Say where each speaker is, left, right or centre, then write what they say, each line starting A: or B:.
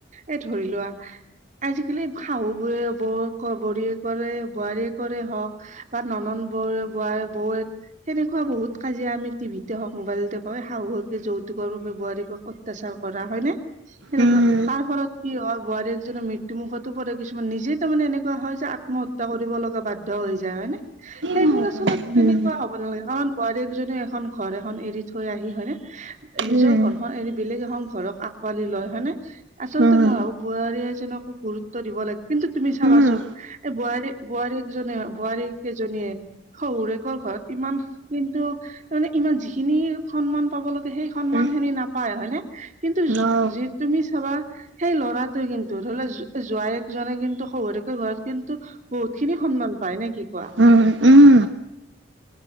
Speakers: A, on the right; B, on the right.
A: এ ধৰি লোৱা আজিকালি শাহু বোৰে বৌ ক বোৱাৰীয়েকৰ বোৱাৰীয়ে কৰে হওক বা ননন বৌ বোৱাৰ বৌৱেক তেনেকুৱা বহুত কাজিয়া আমি টিভিতে হওক মোবাইলতে হয় শাহুৱেকে যৌতুকৰ বাবে বোৱাৰীয়েকক অত্যাচাৰ কৰা হয় নে সেনেকুৱা
B: উম
A: তাৰ ফলত কি হয় বোৱাৰী জনীৰ মৃত টোমুখতো পৰে কিছুমান নিজেই তাৰমানে এনেকুৱা হয় যে আত্মহত্যা কৰিব লগা বাধ্য হৈ যায় হয় নে
B: উম
A: সেইবোৰ আচলতে তেনেকুৱা
B: উম
A: হ'ব নালাগে কাৰণ বোৱাৰী এজনিয়ে এখন ঘৰ এখন এৰি থৈ আহি হয়নে নিজৰ
B: উম
A: ঘৰখন এৰি বেলেগ এখন ঘৰক আকোৱালি লয় হয়নে আচলতে
B: উম
A: মই ভাবো বোৱাৰী এজনকো গুৰুত্ব দিব লাগ কিন্তু তুমি চাবাচোন
B: উম
A: এই বোৱাৰী বোৱাৰীকজনে বোৱাৰীক সেইজনীয়ে শহুৰে কৰ ঘৰত ইমান কিন্তু তাৰমানে ইমান যিখিনি সন্মান পাব লাগে সেই সন্মান
B: উম,
A: খিনি নাপায় হয়নে কিন্তু
B: অ
A: যি তুমি চাবা সেই ল'ৰাটোৱে কিন্তু ধৰি লোৱা জু জোৱায়েক জনে কিন্তু শহুৰেকৰ ঘৰত কিন্তু বহুত খিনি সন্মান পাই নে কি কোৱা
B: উম উম